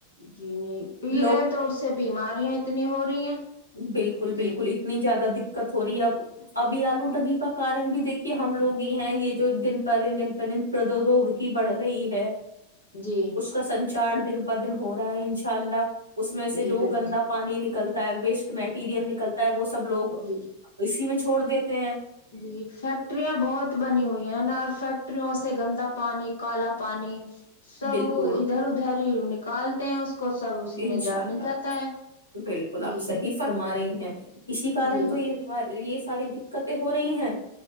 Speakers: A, on the left; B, on the left.
A: جی نہیں پی
B: لوگ
A: رہے ہیں تو اس سے بیماریاں اتنی ہو رہی ہیں
B: بالکل
A: جی
B: بالکل اتنی زیادہ د دقت ہو رہی ہے اب ابھی آلودگی کا کارن بھی دیکھیے ہم لوگ یہ ہیں یہ جو دن پر دن دن پر دن پردوگی بڑھ رہی ہے
A: جی
B: اس کا سنج چار دن پ دن ہو رہا ہے انشاء اللہ اس میں سے
A: جی
B: جو
A: بالکل
B: گندا پانی نکلتا ت ب <unintelligible> میٹیریئل نکل <unintelligible> وہ سب لوگ
A: جی
B: اسی میں چ چھوڑ دیتے ہیں
A: جی فیکٹرییاں بہت بنی ہوئی نا اور فیکٹریوں سے گندا پانی کالا پانی سب
B: بالکل
A: ادھر ادھر نکالتے ہیں اس کو سب اسی میں
B: انشاء
A: جا
B: اللہ
A: مل جاتا ہے
B: بالکل آپ
A: جی
B: صحیح فرما رہیں جچ اسی کارن
A: جی
B: تو یہ یہ ساری دقتیں ہو رہی ہیں